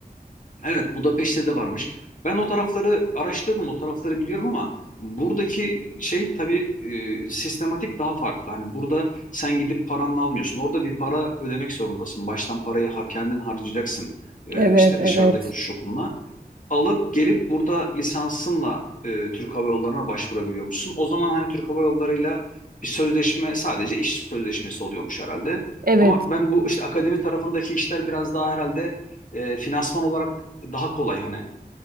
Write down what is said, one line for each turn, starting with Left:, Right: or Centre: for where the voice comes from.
Left: Evet, Budapeşte de varmış. Ben o tarafları araştırdım, o tarafları biliyorum ama buradaki şey tabii e, sistematik daha farklı. Hani burada sen gidip paranla almıyorsun. Orada bir para ödemek zorundasın. Baştan parayı ha, kendin harcayacaksın. E,
Right: Evet,
Left: işte
Right: evet.
Left: dışarıdaki uçuş okuluna alıp gelip burada lisansınla e, Türk Hava Yolları'na başvurabiliyormuşsun. O zaman hani Türk Hava Yolları'yla bir sözleşme sadece iş sözleşmesi oluyormuş herhalde.
Right: Evet.
Left: Ama ben bu işte akademi tarafındaki işler biraz daha herhalde e, finansman olarak daha kolay hani